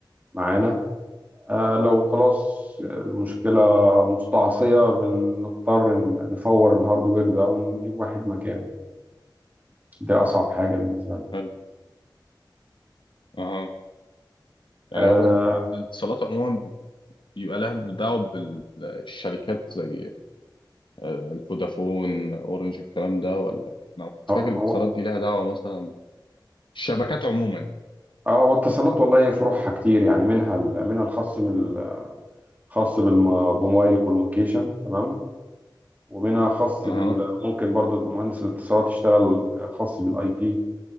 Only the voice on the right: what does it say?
معانا آه لو خلاص المشكلة مستعصية بنضطر إن- نفور الهاردوير ده ونجيب واحد مكانه يعني. دي أصعب حاجة بالنسبة لنا
آه
هو
هو
هو اتصالات والله فروعها كتير يعني منها ال- منها الخاص بال- خاص بالم- بموبايل كوميونيكيشن تمام ومنها خاص
بال ممكن برضو مهندس الاتصالات يشتغل آه، خاص بالاي تي